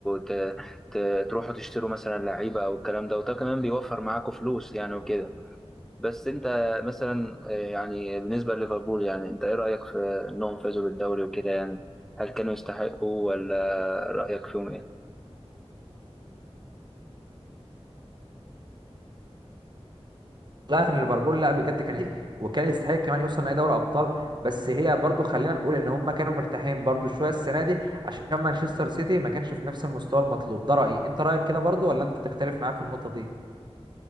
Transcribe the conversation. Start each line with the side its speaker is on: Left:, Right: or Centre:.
Centre: ت... ت... تروحوا تشتروا مثلا لعيبة او الكلام ده وده كمان بيوفر معاكم فلوس يعني وكده بس انت مثلا آه، يعني بالنسبة لليفربول يعني انت ايه رأيك في انهم فازوا بالدوري وكده يعني هل كانوا يستحقوا ولا رأيك فيهم ايه؟
Right: لا في ليفربول لا بجد كان إيه، وكان يستحق كمان يوصل نهائي دوري ابطال بس هي برضه خلينا نقول ان هم كانوا مرتاحين برضه شويه السنه دي عشان مانشستر سيتي ما كانش في نفس المستوى المطلوب ده رأيي انت رأيك كده برضه ولا انت تختلف معايا في النقطة دي